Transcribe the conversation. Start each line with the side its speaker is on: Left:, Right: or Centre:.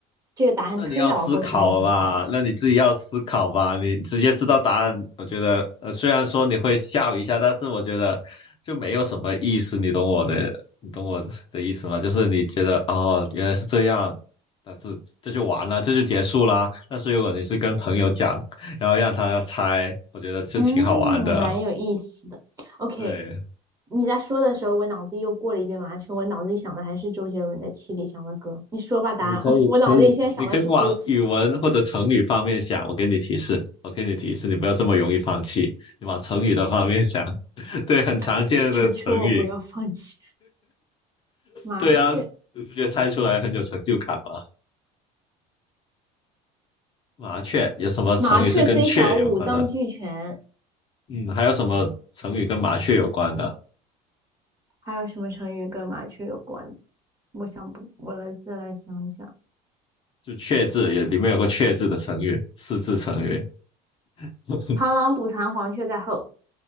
Right: 这个答案推导过去，
Left: 那你要思考吧，
Right: 那个很好玩。
Left: 那你自己要思考吧。你直接知道答案，我觉得，呃，虽然说你会笑一下，但是我觉得就没有什么意思。你懂我的，你懂我的意思吗？就是你觉得哦，原来是这样，但是这就完了，这就结束啦。但是如果你是跟朋友讲，然后让他猜，我觉得就挺好玩的。
Right: 嗯，蛮有意思的。OK，
Left: 对，
Right: 你在说的时候，我脑子又过了一遍麻雀，我脑子里想的还是周杰伦的《七里香》的歌。你说吧，答案。
Left: 你可以可以，
Right: <laughs> 我脑子里现在想的是歌词，
Left: 你可以往语文或者成语方面想。我给你提示，我给你提示，你不要这么容易放弃，你往成语的方面想。对，很常见的成语。
Right: <laughs> 求求我不要放弃。麻雀，
Left: 对啊，就猜出来很有成就感嘛。麻雀有什么成语是跟雀有关的？
Right: 麻雀虽小，五脏俱全。
Left: 嗯，还有什么成语跟麻雀有关的？
Right: 还有什么成语跟麻雀有关的我想不，我来再来想一想。
Left: 就雀字也里面有个雀字的成语，四字成语。<laughs>
Right: 螳螂捕蝉，黄雀在后，